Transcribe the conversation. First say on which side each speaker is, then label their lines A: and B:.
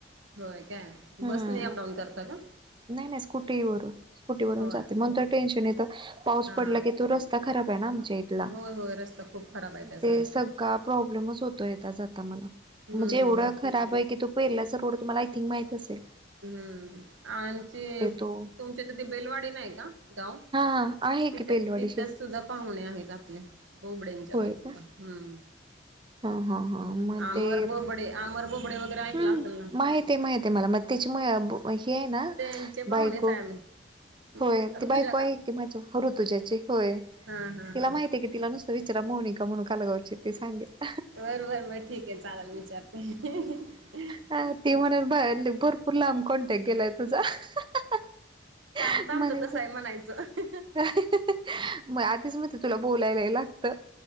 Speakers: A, on the right; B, on the right.
A: होय, काय
B: हम्म
A: बस नी अप डाऊन करता का?
B: नाही नाही, स्कुटीवरून स्कुटीवरून
A: होय
B: जाते, म्हनुन तर टेन्शन येत पाऊस
A: हा
B: पडला की तो रस्ता खराब आहे. आमच्या ईथला,
A: होय होय रस्ता खूप खराब आहे त्या साईडचा
B: ते सगळा प्रॉब्लेमच होतोय येता जाता. आता मला
A: हम्म
B: म्हणजे
A: हम्म
B: एवढं
A: हम्म.
B: खराब आहे की, तो पहिरल्याच रोड तुम्हाला आय थिंक माहितच आहे.
A: हम्म. आमचे
B: तो
A: तुमच्या तेथ बेलवाडी नाही का गाव
B: हा हा आहे
A: तिथ
B: की बेलवाडी
A: तिथेच
B: शेज
A: सुद्धा पाहुणे आहेत, आपले बोबडेंच्या
B: होय
A: बाजुला
B: का
A: हम्म.
B: हा. हा. हा. मग
A: आमर
B: ते
A: बोबडे आमर बोबडे वगैरे ऐकला
B: हम्म.
A: असेल ना
B: माहितेय माहितेय माला. मग त्याची म हे ये ना
A: त्यांचे पाहुणेच
B: बायको
A: <inaudible>
B: होय. ती
A: ऋतुजा
B: बायको आहे
A: का?
B: की भाच्या ऋतुजा ची. होय.
A: हा हा
B: तिला
A: हा
B: माहिते की तिला नुसत विचारा मोहनिका म्हणून कालगावची ती सांगितली.
A: बर बर बर ठीक आहे, चालेल विचारते <unintelligible>
B: अ ती म्हणेल ब भरपूर लांब कॉन्टॅक् गेलाय तुझा <unintelligible>
A: काम का
B: म्हणेल
A: आमचं तसं
B: त
A: आहे म्हणायचं <unintelligible>
B: <unintelligible> मग आधीच म ते तुला बोलायलाही लागत